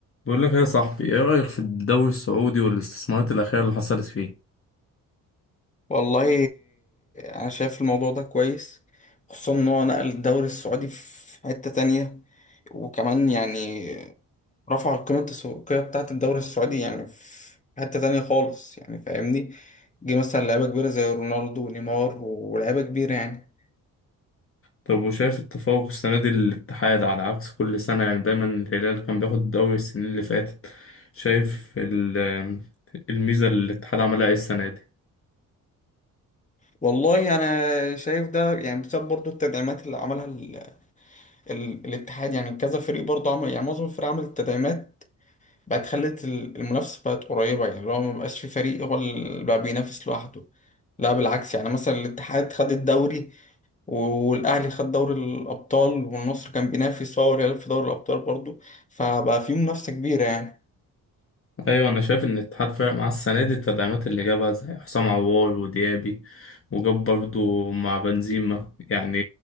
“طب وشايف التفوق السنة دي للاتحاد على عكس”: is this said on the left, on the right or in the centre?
Left